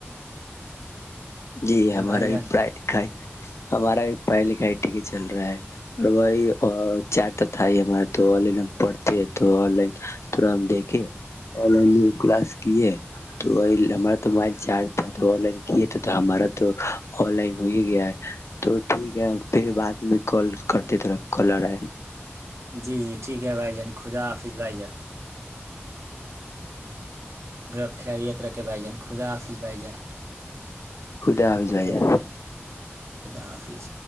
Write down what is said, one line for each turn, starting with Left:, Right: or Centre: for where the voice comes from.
Left: جی
Right: ہلو
Left: ہمارا
Right: بھائی جان
Left: بھی پڑھائی لکھائی ہمارا پڑھائی لکھائی بھی ٹھیک ہی چل رہا ہے اور وہی چارٹ تھا ہی ہمارا تو آن لائن ہم پڑھتے ہیں تو آن لائن تھوڑا ہم دیکھ اور جو <unintelligible> کلاس کیے تو ہمارا تو موبائل چارج تھا تو آن لائن کیے تو ہمارا تو آن لائن ہو ہی گ گیا تو ٹھیک ہے پھر بعد میں کل کر تھرا کلر ہے
Right: جی جی ٹھیک ہے بھائی جان خدا حافظ بھائی جان گرب خیریت رکھے بائی جان خدا بائی جائے
Left: خدا حافظ
Right: خ
Left: بھائی جان
Right: آ خدا حافظ